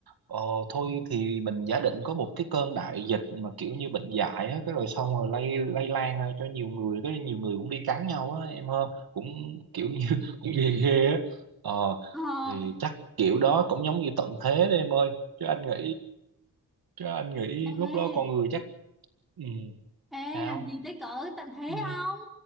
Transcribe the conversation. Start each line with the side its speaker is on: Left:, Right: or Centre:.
Right: Ờ, thôi thì mình giả định có một cái cơn đại dịch mà kiểu như bệnh dại á, cái rồi xong rồi lây lây lan ra cho nhiều người, cái nhiều người cũng đi cắn nhau á em hơn, cũng kiểu như <laughs> cũng ghê ghê á. Ờ,
Centre: Ờ
Right: thì chắc kiểu đó cũng giống như tận thế đấy em ơi. Chứ anh nghĩ chứ anh nghĩ
Centre: ê
Right: lúc đó con người chắc ừ,
Centre: Ê,
Right: sao?
Centre: làm gì tới cỡ tận thế
Right: Ừ.
Centre: không?